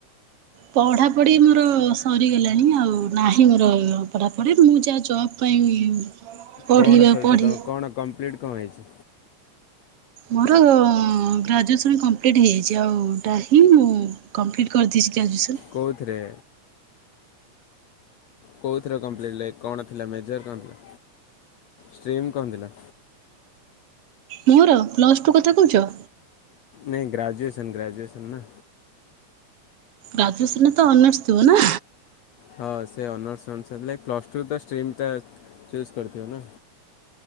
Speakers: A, on the right; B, on the left.
A: ପଢ଼ାପଢ଼ି ମୋର ସରିଗଲାଣି ଆଉ ନାହିଁ ମୋର ପଢ଼ାପଢ଼ି, ମୁଁ ଯାହା ଜବ୍ ପାଇଁ ପଢିବା
B: କଣ ସରିଛି
A: ପଢି
B: ତମେ କଣ କମ୍ପ୍ଲିଟ୍ କଣ ହେଇଛି?
A: ମୋର ଗ୍ରାଜୁଏସନ୍ କମ୍ପ୍ଲିଟ୍ ହେଇଯାଇଛି, ଆଉଟାହି ମୁଁ କମ୍ପ୍ଲିଟ କରିଦେଇଛି ଗ୍ରାଜୁଏସନ୍।
B: କୋଉଥିରେ? କୋଉଥିରେ କମ୍ପ୍ଲିଟ ହେଲା କଣ ଥିଲା ମେଜର୍ କଣଥିଲା ଷ୍ଟ୍ରିମ୍ କଣ ଥିଲା?
A: ମୋର ପ୍ଲସଟୁ କଥା କହୁଛ?
B: ନାଇଁ ଗ୍ରାଜୁଏସନ୍ ଗ୍ରାଜୁଏସନ୍ ନା?
A: ଗାଜୁଏସନ୍ ରେ ତ ଅନର୍ସ ଥିବ ନା?
B: ହଁ ସେ ଅନର୍ସ ଅନୁସାରେ ପ୍ଲସଟୁ ତ ଷ୍ଟ୍ରିମ୍ଟା ଫେସ୍ କରିଥିବ ନା।